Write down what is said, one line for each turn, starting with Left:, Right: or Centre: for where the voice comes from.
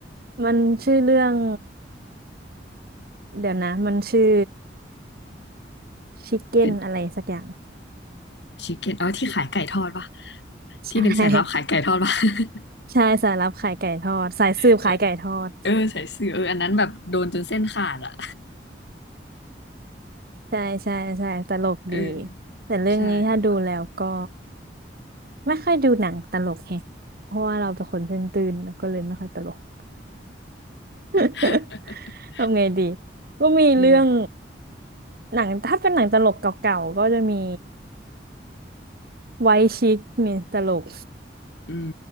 Right: มันชื่อเรื่องเดี๋ยวนะมันชื่อชิคเก้นอะไรสักอย่าง
Left: <laughs> เป็นชิคเก้นอ๋อที่ขายไก่ทอดปะ
Right: ใช่
Left: ที่เป็นสายลับขายไก่ทอดปะ <laughs>
Right: ใช่สายลับขายไก่ทอดสายสืบขายไก่ทอด
Left: เออเออใส่เสื้อเอออันนั้นแบบโดนจนเส้นขาดอะ
Right: ใช่ใช่ใช่ตลกดี
Left: <laughs> เออ
Right: แต่เรื่องนี้ถ้าดูแล้วก็
Left: ใช่ค่ะ
Right: ไม่ค่อยดูหนังตลกแฮะเพราะว่าเราเป็นคนตื่นๆแล้วก็เลยไม่ค่อยตลก <laughs>
Left: <laughs>
Right: ทำไงดีก็มีเรื่อง
Left: อืม
Right: หนังถ้าเป็นหนังตลกเก่าๆก็จะมีไวท์ชิคมีตลก
Left: อืม